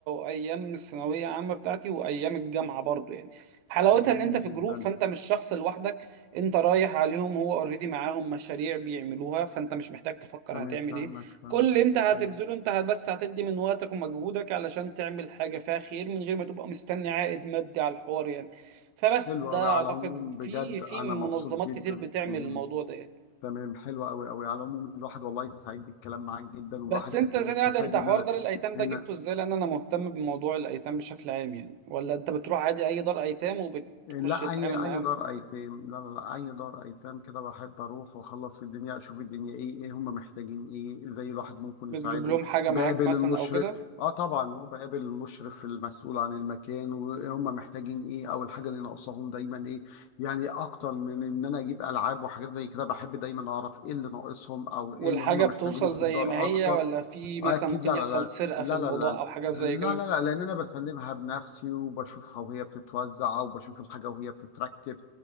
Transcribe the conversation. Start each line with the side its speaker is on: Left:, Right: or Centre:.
Right: ايام الثانويه عامه بتاعتي وايام الجامعه برضو يعني حلاوتها
Left: جميل
Right: ان انت في
Left: جدا
Right: جروب فانت مش شخص لوحدك انت رايح عليهم هو اوريدي معاهم مشاريع بيعملوها فانت مش محتاج تفكر
Left: تمام
Right: هتعمل
Left: فاهمك
Right: ايه
Left: فاهمك
Right: كل اللي انت هتبذله
Left: حلو
Right: انت هت- بس هتدي من وقتك ومجهودك علشان تعمل حاجه فيها خير من غير ما تبقى مستني عائد مادي على الحوار يعني فبس
Left: حلو
Right: ده
Left: قوي على
Right: اعتقد
Left: العموم بجد
Right: في في
Left: انا
Right: منظمات
Left: مبسوط جدا
Right: كتير بتعمل
Left: مهم.
Right: الموضوع ده يعني
Left: تمام حلو قوي قوي على العموم الواحد والله سعيد بالكلام معاك جدا والواحد
Right: بس
Left: قد
Right: انت زي
Left: ايه استفاد
Right: قاعد انت
Left: ان
Right: حوار
Left: انا
Right: دار الايتام ده
Left: هنا
Right: جبته ازاي لان انا مهتم بموضوع الايتام بشكل عام يعني ولا انت بتروح عادي اي دار ايتام وبتخش
Left: لا
Right: تتعامل
Left: اي
Right: معاهم
Left: اي دار ايتام لا لا لا اي دار ايتام كده بحب اروح واخلص الدنيا اشوف الدنيا ايه ايه هم محتاجين ايه ازاي الواحد ممكن
Right: بتجيب
Left: يساعدهم
Right: لهم حاجة
Left: بقابل
Right: معاك مثلا
Left: المشرف
Right: او كده
Left: اه طبعا هو بقابل المشرف المسؤول عن المكان وهم محتاجين ايه او الحاجه اللي ناقصاهم دايما ايه يعني اكتر من ان انا اجيب العاب وحاجات زي كده بحب دايما اعرف ايه اللي ناقصهم او ايه
Right: والحاجة
Left: اللي هم محتاجينه
Right: بتوصل
Left: في
Right: زي
Left: الدار
Right: ما هي
Left: اكتر
Right: ولا في مثلا
Left: اه اكيد
Right: ممكن
Left: لا
Right: يحصل
Left: لا لا
Right: سرقة
Left: لا
Right: في الموضوع
Left: لا لا
Right: او حاجة زي
Left: لا
Right: كده
Left: لا لا لان انا بسلمها بنفسي وبشوفها وهي بتتوزع وبشوف الحاجه وهي بتتركب